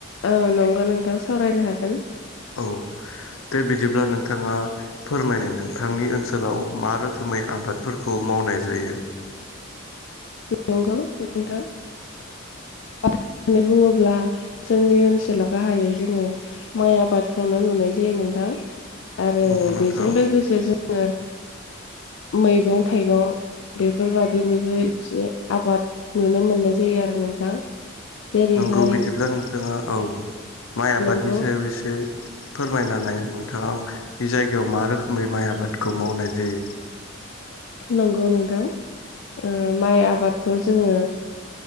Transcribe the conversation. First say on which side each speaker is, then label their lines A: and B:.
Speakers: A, on the left (about 65°); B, on the left (about 80°).
A: औ नंगौ नोंथां सावरायनो हागोन।
B: औ। दे बिदिब्ला नोंथाङा फोरमायनाय नोंथांनि ओनसोलाव मा रोखोमै आबादफोरखौ मावनाय जायो?
A: नंगौ नोंथां। होननानै बुङोब्ला जोंनि ओनसोलाव गाहायै जोङो माइ आबादखौनो नुनाय जायो नों थां आरो
B: नंगौ नोंथां
A: बेजों लोगोसे जोङो मैगं थाइगं बेफोरबादिनिबो एसे आबाद नुनो मोननाय जायो आरो नोंथां। जेरैहाय
B: नंगौ बिदिब्ला नोंथाङा औ माइ आबादनि
A: नंगौ
B: सायाव एसे फोरमायनानै नोंथाङा बे जायगायाव मा रोखोमै माइ आबादखौ मावनाय जायो?
A: नंगौ नोंथां ओ माइ आबादखौ जोङो